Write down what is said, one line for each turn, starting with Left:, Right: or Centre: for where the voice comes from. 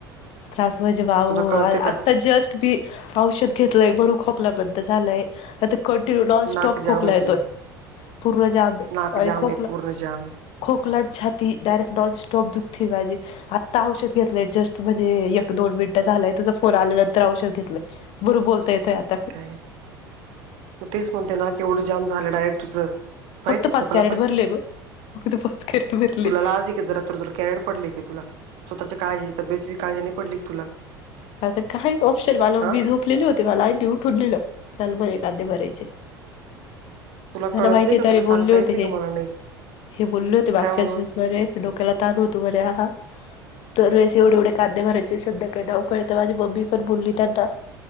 Left: त्रास म्हेजे बा
Right: तुला
Left: वो
Right: कळते
Left: आता
Right: का
Left: जस्ट मी औषध घेतलंय बरू खोकला बद्ध झालंय आता कंटीन्यु लॉज
Right: नाक
Left: स टॉप
Right: जाम
Left: खोकला
Right: आहे तुझं
Left: येतोय पूर्ण जामेच
Right: नाक
Left: अर
Right: जाम
Left: खोकलं
Right: आहे पूर्ण जाम आहे
Left: खोकलान छाती डायरेक्ट नॉनस्टॉप दुखते माझी आता औषध घेतलंय जस्ट म्हणजे जे एक दोन मिनटं झालंय तुझा फोन आल्यानंतर औषध घेतलंय बरु बोलता येतय आता
Right: काय म तेच म्हणते ना क एवढं जाम झालं डायरेक्ट तुझं पाय
Left: फक्त
Right: तू
Left: पाच
Right: खोकला
Left: कॅरेट
Right: पाय
Left: भरले ग फक्त पाच कॅरेट भरले
Right: तुला लाज आहे का जरा तर तुला कॅरेट पड तुला स्वतःची काळजी तबेची काळजी नाही पडली तुला
Left: आता काय ऑप्शन मला
Right: हा
Left: वी झोपलेली होती मला आईनी उठ उूनलेलं चल म्हणे कांदे भरायचे
Right: तुला
Left: त्यांला
Right: कळत
Left: माहितीय
Right: नाही का
Left: तर
Right: तुला
Left: रे
Right: सांगता
Left: बोलले होते
Right: येत नाही
Left: हे
Right: का मला नाही
Left: हे बोलले होते मागच्याच
Right: काय म्हणून
Left: <unintelligible> बरे डोक्याला ताण होतो बरे हा दरवेळेस एवढे एवढे कांदे भरायचे सध्या काय धा कळत माझी मम्मी पण बोलली त्यांना